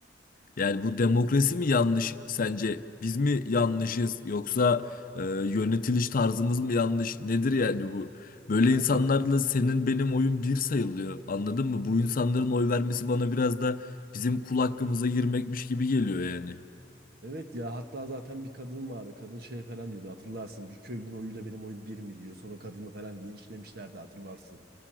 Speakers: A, on the left (about 50°); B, on the right (about 60°).
A: yani bu demokrasi mi yanlış sence? Biz mi yanlışız yoksa e, yönetiliş tarzımız mı yanlış? Nedir yani bu? Böyle
B: Kanka
A: insanlarla senin benim oyun bir sayılıyor. Anladın mı? Bu insanların oy vermesi bana biraz da bizim kul hakkımıza girmekmiş gibi geliyor yani.
B: evet ya hatta zaten bir kadın vardı. Kadın şey falan diyordu hatırlarsın. Bir köylünün oyuyla benim oyum bir mi diyor. Sonra kadını falan linçlemişlerdi hatırlarsın.